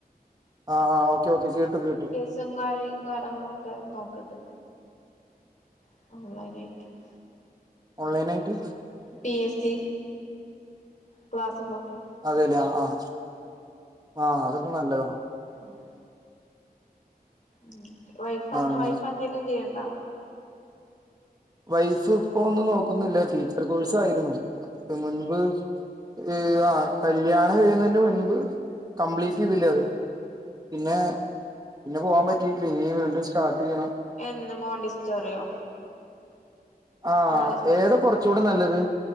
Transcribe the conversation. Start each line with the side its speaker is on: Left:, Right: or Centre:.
Right: ആഹ് ആഹ് ഓക്കെ ഓക്കെ കേട്ടു കേട്ടു
Left: ചുങ്ങാരെ <unintelligible> നോക്ക്ട്ടേ <unintelligible>
Right: ഓൺലൈനായ്ട്ട്
Left: പി എസ് സി ക്ലാസ്സുകളൊക്കെ
Right: അതെല്ലേ ആ ആഹ് ആഹ് അതൊക്ക നല്ലതാണ്
Left: ഉം ഉം വൈഫന്ന്
Right: ആ, അങ്ങനെ
Left: വൈഫന്തെലും ചെയ്യണ്ടോ
Right: വൈഫ് പ്പോ ഒന്നും നോക്കുന്നില്ല ടീച്ചർ കോഴ്‌സായ്ര്ന്നു അതിന് മുൻപ് ര് ആഹ് കല്യാണം കഴിന്നന്റ മുൻപ് കംപ്ലീറ്റ് ചെയ്തില്ല അത് പിന്നെ പിന്ന പോവാം പറ്റിട്ടില്ല ഇനി വീണ്ടും സ്റ്റാർട്ട്യ്യണം
Left: എന്ന് മോണ്ടിസ്റ്റോറിയോ
Right: ആഹ്
Left: മോണ്ടിസ്റ്റോ
Right: എത് കൊറച്ചൂട നല്ലത്